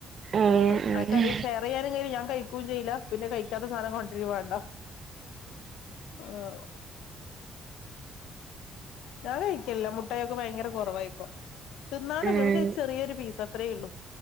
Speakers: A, on the right; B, on the left.
A: ഉം
B: ഏഹ്
A: ഉം
B: ആൾക്കാര് ഷെയറ്യ്യാനും. <unintelligible> ഞാൻ കഴിക്കും ചെയ്യില്ല പിന്നെ കഴിക്കാത്ത സാധനം കൊണ്ട്രീം വേണ്ട. ആഹ് ഞാൻ കഴിക്കലില്ല മു ട്ടയൊക്കെ ഭയങ്കര കൊറവായിപ്പോ തിന്നാണ്ട
A: ഉം
B: <unintelligible> പക്ഷേ ചെറിയൊരു പീസ് അത്രേയുള്ളൂ.